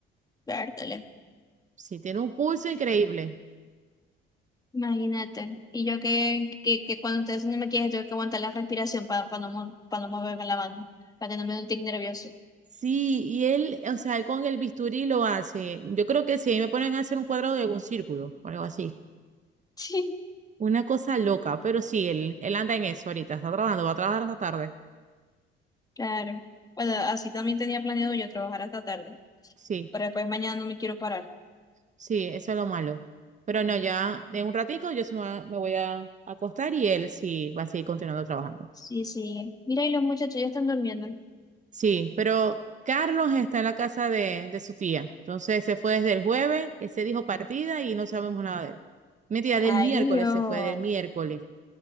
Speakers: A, on the left (about 15°); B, on the right (about 35°).
A: Vértale.
B: Sí, tiene un pulso increíble.
A: Imagínate. Y yo que, que, que cuando ustedes no me quieren, tengo que aguantar la respiración para no, mo- pa no moverme la mano, para que no me dé un tic nervioso.
B: Sí, y él, o sea, él con el bisturí lo hace. Yo creo que sí, ahí me ponen a hacer un cuadrado de algún círculo o algo así.
A: <laughs> Sí,
B: Una cosa loca, pero sí, él, él anda en eso ahorita, está trabajando, va a trabajar hasta tarde.
A: claro. Bueno, así también tenía planeado yo trabajar hasta tarde,
B: Sí,
A: pero después mañana no me quiero parar.
B: sí, eso es lo malo. Pero no, ya de un ratico yo se me, me voy a acostar y él sí va a seguir continuando trabajando.
A: Sí, sí. Mira, y los muchachos ya están durmiendo.
B: Sí, pero Carlos está en la casa de, de su tía. Entonces se fue desde el jueves, se dijo partida y no sabemos nada de él. Mentira, del
A: Ay,
B: miércoles
A: Dios.
B: se fue, del miércoles.